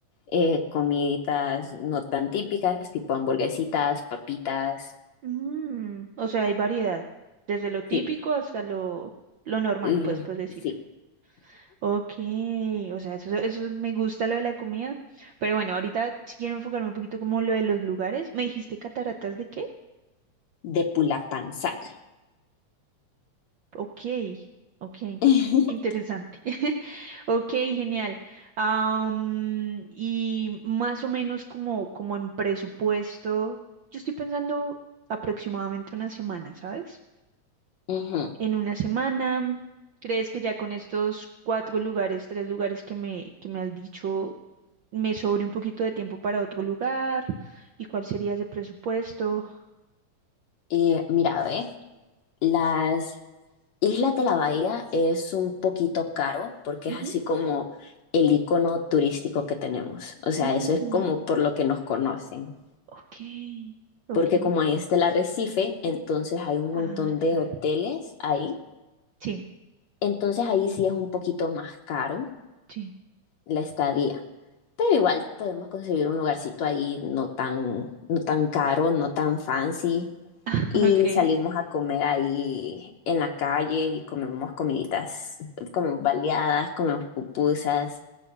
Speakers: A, on the left; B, on the right.
A: eh, comiditas no tan típicas, tipo hamburguesitas, papitas,
B: Mm, o sea, hay variedad, desde lo típico
A: sí,
B: hasta lo, lo normal,
A: lo-
B: pues, por decirlo.
A: sí,
B: Ok, o sea, eso, eso me gusta lo de la comida. Pero bueno, ahorita si quiero enfocarme un poquito como lo de los lugares. ¿Me dijiste cataratas de qué?
A: de Pulapanzac.
B: Ok, ok.
A: <laughs>
B: Interesante. <laughs> Ok, genial. Am, y más o menos como, como en presupuesto, yo estoy pensando aproximadamente una semana, ¿sabes?
A: Ujú.
B: En una semana, ¿crees que ya con estos cuatro lugares, tres lugares que me, que me has dicho, me sobre un poquito de tiempo para otro lugar? ¿Y cuál sería ese presupuesto?
A: Eh, mira, ve, las Isla de la Bahía es un poquito caro porque
B: Ujú.
A: es así como el icono turístico que tenemos. O sea,
B: Mm,
A: eso es como por lo que nos conocen.
B: ok, ok.
A: Porque como ahí está el arrecife, entonces hay un
B: Ah,
A: montón
B: claro.
A: de hoteles ahí.
B: Sí,
A: Entonces ahí sí es un poquito más caro
B: sí.
A: la estadía. Pero igual podemos conseguir un lugarcito ahí no tan, no tan caro, no tan fancy.
B: <laughs>
A: Y
B: Ok.
A: salimos a comer ahí en la calle y comemos comiditas, comemos baleadas, comemos pupusas,